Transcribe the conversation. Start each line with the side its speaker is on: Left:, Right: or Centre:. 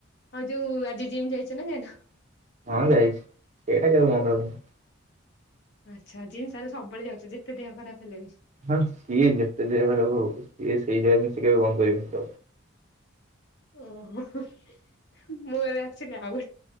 Left: ଆଉ ଯୋଉ ଆଜି ଜିମ୍ ଯାଇଛ ନା ଯାଇନ?
Right: ହଁ, ଯାଇଛି ସେଇଟା କେବେ ବନ୍ଦ ହବନି।
Left: ଆଚ୍ଛା ଜିମ୍ ତା, ହାଲେ ସବୁବେଳେ ଯାଉଛ! ଯେତେ ଦେହ ଖରାପ ହେଲେ ବି।
Right: ହଁ ସିଏ ଯେତେ ଦେହ ଖରାପ ହଉ ସିଏ ସେଇ ଜାଗା ଜିନିଷ କେବେ ବନ୍ଦ କରିବି ତଉ।
Left: ଓହୋ ମୋର ଆକ୍ଚିଆଲି ଆଉ